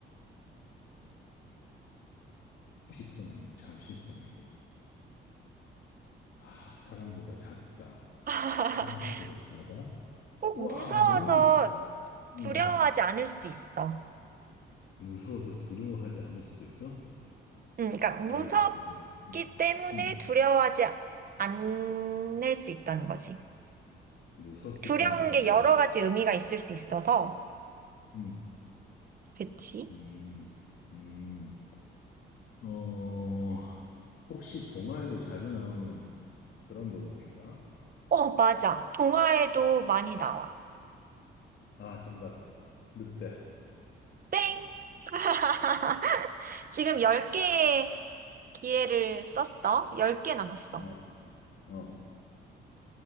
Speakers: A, on the left; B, on the right.
A: 식성 아니면 잡식성이고. 아, 사람보다 작다.
B: <laughs>
A: 사람보다 작아?
B: 꼭
A: 와,
B: 무서워서
A: 너무,
B: 두려워하지
A: 어, 어.
B: 않을 수 있어.
A: 무서워서 두려워하지 않을 수도 있어?
B: 음, 그러니까
A: 무서워서
B: 무섭기
A: 두려워해. 음,
B: 때문에
A: 음,
B: 두려워하지 않을 수 있다는 거지.
A: 무섭기
B: 두려운
A: 때문에 두려워해.
B: 게 여러 가지 의미가 있을 수 있어서.
A: 음,
B: 그치?
A: 음, 음. 어, 혹시 동화에도 자주 나오는 그런 동물인가?
B: 어, 맞아. 동화에도 많이 나와.
A: 아, 정답. 늑대.
B: 땡! <laughs> 지금 10개의 기회를 썼어. 10개 남았어.
A: 어, 어.